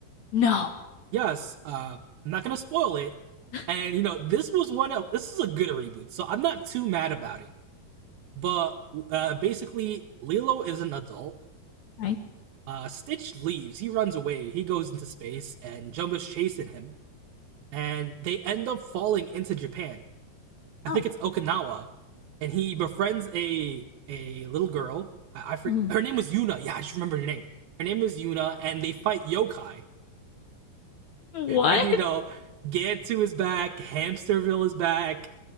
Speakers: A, on the left; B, on the right.
A: No.
B: Yes. Uh, I'm not gonna spoil it.
A: <laughs>
B: And you know, this was one of this is a good reboot, so I'm not too mad about it. But uh, basically, Lilo is an adult.
A: Okay.
B: Uh, Stitch leaves. He runs away. He goes into space, and Jumba's chasing him. and they end up falling into Japan. I think
A: Oh.
B: it's Okinawa, and he befriends a a little girl. I, I for,
A: mhm.
B: her name was Yuna. Yeah, I just remember her name. Her name is Yuna, and they fight yokai. <laughs>
A: What?
B: And you know, Gantu is back, Hamsterville is back,